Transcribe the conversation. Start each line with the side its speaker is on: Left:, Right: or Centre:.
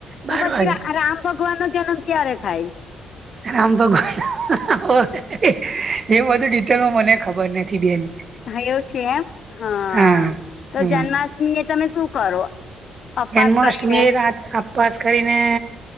Right: બાર
Left: તો પછી
Right: વાગે
Left: રામ ભગવાન નો જન્મ ક્યારે થાય?
Right: રામ ભગવાન એવું બધું ડિટેલમાં મને ખબર નથી બેન.
Left: હા એવું છે એમ! હં..
Right: હા
Left: તો
Right: હા
Left: જન્માષ્ટમી એ તમે શું કરો? અપવાસ
Right: જન્માષ્ટમીએ
Left: કરીને
Right: રાતે અપાસ કરીને..